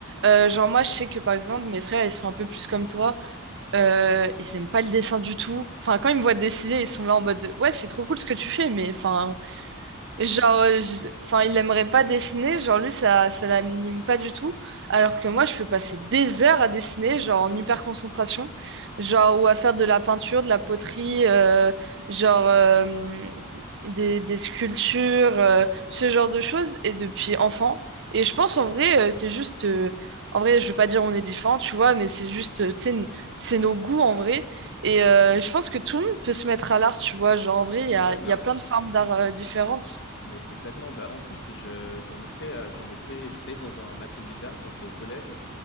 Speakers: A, on the right; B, on the left.
A: Euh, genre, moi, je sais que par exemple, mes frères, ils sont un peu plus comme toi. Euh, ils aiment pas le dessin du tout. Enfin, quand ils me voient dessiner, ils sont là en mode, de, ouais, c'est trop cool ce que tu fais, mais enfin. Genre, euh, enfin, il aimerait pas dessiner, genre lui, ça, ça l'anime pas du tout, alors que moi, je peux passer des heures à dessiner, genre en hyper concentration, genre, ou à faire de la peinture, de la poterie, euh, genre euh, des, des sculptures, euh, ce genre de choses, et depuis enfant. Et je pense, en vrai, euh, c'est juste, euh, en vrai, je veux pas dire on est différents, tu vois, mais c'est juste, euh, tu sais, n- c'est nos goûts, en vrai. Et euh, je pense que tout le monde peut se mettre à l'art, tu vois. Genre, en vrai, il y
B: Ouais,
A: a, il
B: mais,
A: y a plein de formes d'art euh, différentes.
B: mais complètement. Bah, en plus, je, j'en ai fait, euh, j'en ai fait, j'étais dans un atelier d'art quand j'étais au collège,